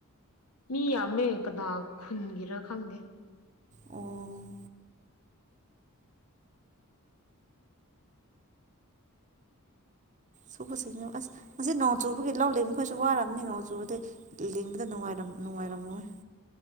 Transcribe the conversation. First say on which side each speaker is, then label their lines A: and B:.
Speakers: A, on the left; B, on the right.
A: ꯃꯤ ꯌꯥꯝꯃꯦ ꯀꯅꯥ ꯈꯨꯟꯒꯤꯔꯥ ꯈꯪꯗꯦ
B: ꯑꯣ ꯁꯨꯕꯁꯤꯡꯅꯦ ꯑꯁ ꯉꯁꯤ ꯅꯣꯡ ꯆꯨꯕꯒꯤꯩ ꯂꯧ ꯂꯤꯡꯕ ꯃꯈꯩꯁꯨ ꯋꯥꯔꯕꯅꯤ ꯅꯣꯡ ꯆꯨꯕꯗꯤꯩ ꯂꯤꯡꯕꯗ ꯅꯨꯡꯉꯥꯏꯔꯝꯃꯣꯏ